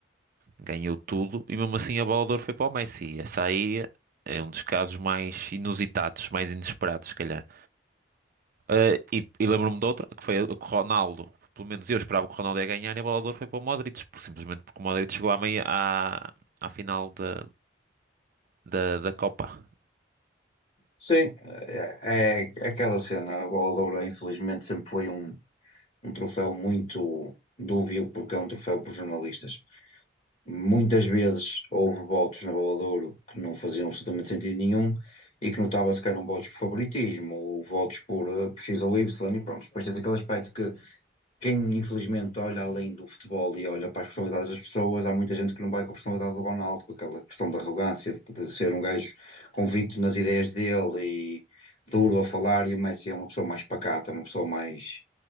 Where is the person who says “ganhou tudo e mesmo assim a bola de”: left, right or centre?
Right